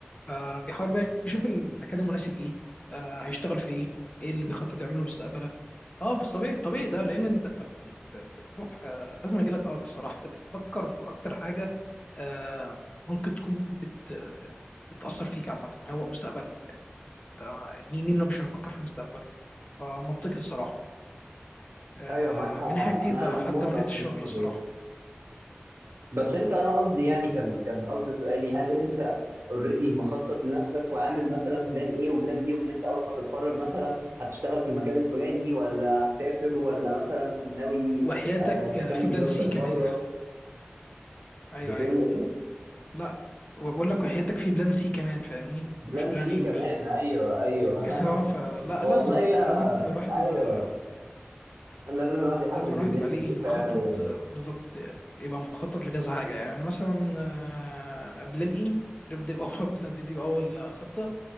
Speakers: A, on the left (about 35°); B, on the right (about 75°).
A: فبيحاول بقى يشوف المكان المناسب ليه آه هيشتغل في ايه ايه اللي بيخطط يعمله مستقبلا اه في الطبيعي الطبيعي ده لان انت بت- انت بتروح لازم يجي لك ارك الصراحه انت بتفكر في اكتر حاجه آه، ممكن تكون بت بتاثر فيك عامه هو مستقبلك فاهمني انت مين مين اللي مش هيفكر في مستقبله فمنطقي الصراحه آه،
B: ايوه معاك حق
A: من
B: انا
A: ناحيه كتير بقى
B: انا موافق
A: حتى من ناحيه الشغل
B: في النقطه
A: الصراحه
B: دي بس انت انا قصدي يعني كان كان قصدي سؤالي هل انت اوريدي مخطط لنفسك وعامل مثلا بلان ايه وبلان بي وان انت اول ما تتخرج مثلا هتشتغل في المكان الفلاني ولا هتسافر ولا مثلا ناوي
A: وحياتك
B: آه تكمل
A: آه، في بلان
B: دراستك
A: سي
B: بره
A: كمان <laughs> ايوه
B: بتقول
A: ايوه
B: ايه
A: لا وبقول لك وحياتك في بلان سي كمان فاهمني
B: بلان
A: مش بلان
B: سي
A: اي
B: كمان
A: وبي
B: ايوه ايوه
A: <laughs>
B: <laughs>
A: اه فلا
B: والله
A: لازم
B: يا
A: لازم <laughs> الواحد
B: ايوه
A: يبقى
B: لازم الواحد يحدد
A: لازم الواحد
B: دنيته
A: يبقى ليه
B: ويشوف
A: مخطط
B: هيعمل ايه
A: آه، بالظبط يبقى مخطط لكذا حاجة يعني مثلا آه، بلان ايه نبدأ بأول نبتدي بأول خطة